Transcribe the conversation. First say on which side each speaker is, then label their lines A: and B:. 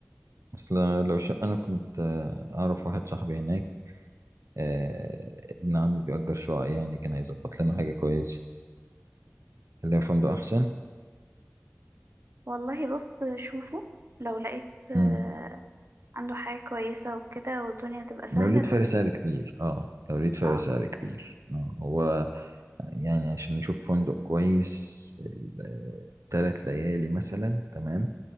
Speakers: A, on the right (about 80°); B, on the right (about 55°).
A: اصل لو شقه انا كنت آه، اعرف واحد صاحبي هناك آه، ابن عمه بيأجر شقق يعني كان هيظبط لنا حاجه كويسه اللي هي فندق احسن
B: والله بص شوفه لو لقيت آه
A: امم
B: عنده حاجة كويسة وكده والدنيا تبقى سهلة
A: لو لقيت
B: تمام
A: فرق سعر كبير اه لو لقيت فرق
B: اه
A: سعر كبير اه هو يعني عشان نشوف فندق كويس الثلاث ليالي مثلا تمام